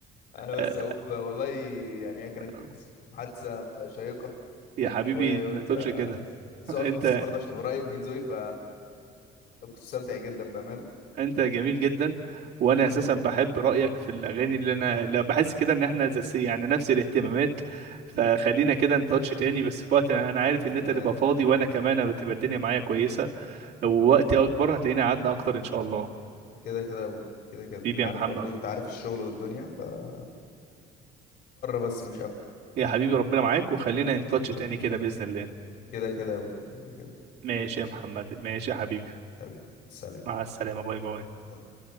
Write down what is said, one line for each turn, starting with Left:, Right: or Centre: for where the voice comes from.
Left: انا
Right: آه،
Left: بس اقول والله يعني هي كانت
Right: آه،
Left: محادثة شيقة
Right: يا حبيبي
Left: و-
Right: ما
Left: وانت
Right: تقولش كده <laughs>
Left: ذوقك
Right: انت
Left: الموسيقي برضه عشان قريب من ذوقي ف كنت مستمتع جدا بأمانة
Right: انت جميل جدا وانا
Left: حبيبي
Right: اساسا
Left: يا بوب
Right: بحب
Left: والله
Right: رايك في الاغاني اللي انا لا بحس كده ان احنا زي يعني نفس الاهتمامات فخلينا كده نتاتش تاني بس في وقت انا أنا عارف
Left: بإذن
Right: ان انت
Left: الله
Right: تبقى فاضي وانا كمان بتبقى الدنيا معايا كويسه لو وقتي اكبر هتلاقينا قعدنا اكتر ان شاء الله
Left: كده كده يا بوب كده كده
Right: حبيبي
Left: انا
Right: يا
Left: عارف
Right: محمد
Left: برضه انت عارف الشغل والدنيا فمضطر بس مش اكتر
Right: يا حبيبي ربنا معاك وخلينا ان تاتش
Left: حبيبي
Right: تاني
Left: يا
Right: كده باذن الله
Left: كده كده كده كده
Right: ماشي
Left: ماشي
Right: يا محمد ماشي
Left: ماشي.
Right: يا حبيبي
Left: حبيبي سلام
Right: مع السلامه باي باي
Left: سلام.